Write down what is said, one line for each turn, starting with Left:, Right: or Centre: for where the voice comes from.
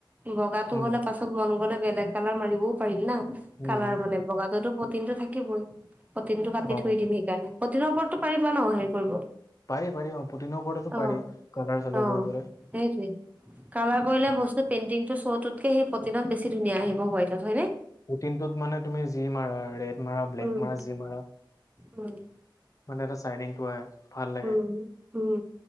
Right: বগাটো
Left: উম,
Right: হলে পাছত মন গ'লে বেলেগ কালাৰ মাৰিব। ও পাৰিল না
Left: উম,
Right: কালাৰ মানে বগাতো প্ৰটিনটো থাকিবই। প্ৰটিনটো পাতি
Left: অ'
Right: থৈ দিম সেইকাৰণে, প্ৰটিনৰ ওপৰতটো পাৰিব ন হেৰি কৰিব।
Left: পাৰি পাৰি অ' পুটিনৰ ওপৰতো
Right: অ'
Left: পাৰি কালাৰ চালাৰ
Right: অ'
Left: কৰিবলৈ।
Right: সেইটোৱেই কালাৰ কৰিলে বস্তু - পেইণ্টিংটো শ্ব টোতকে সেই প্ৰতিনট বেছি ধুনীয়া আহিব। হোৱাইটত হয়নে
Left: পুটিনটোত মানে তুমি যি মাৰা, ৰেড মাৰা, ব্লেক
Right: উম
Left: মাৰা, যি মাৰা।
Right: উম
Left: মানে এটা চাইনিং টো হয়। ভাল লাগে।
Right: উম উম